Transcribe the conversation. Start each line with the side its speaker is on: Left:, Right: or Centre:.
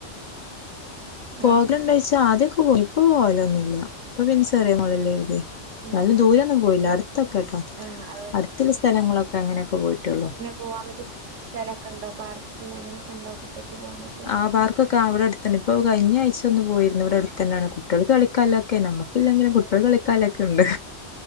Right: ഹലോ.
Left: പോകലുണ്ടോഴ്ച്ചാ ആദ്യൊക്കെ പോയിരുന്നു ഇപ്പ പോവലൊന്നുമില്ല ഇപ്പൊ ചെറിയ മോൾ അല്ലെ ഉള്ളത്ഇന്നാലും
Right: ഏഹ്.
Left: ദൂരമൊന്നും പോയില്ല അടുത്ത് അത്തൊക്കെ കേട്ടോ
Right: ആഹ്. അവിടെ
Left: അടുത്തുള്ള സ്ഥലങ്ങളൊക്കെ അങ്ങനെയൊക്കെ പോയിട്ടുള്ളൂ
Right: പോകാൻ പറ്റ്ണ സ്ഥലമൊക്കെ ഉണ്ടോ പാർക്ക് അങ്ങനെയൊക്കെ ഉണ്ടോ കുട്ടിയൊക്കെ പോകാൻ പറ്റ്ണ
Left: ആ പാർക്കെ ഇവിടെ അടുത്തുണ്ട് ഇപ്പോ കഴിഞ്ഞ ആഴ്ച ഒന്ന് പോയിരുന്നു ഇവിടെ അടുത്തന്നാണ് കുട്ടികൾ കളിക്കനൊക്കെ നമ്മക്ക് ഇല്ലെങ്കിലും കുട്ടികൾക്ക് കളിക്കാനൊക്കെ ഉണ്ട്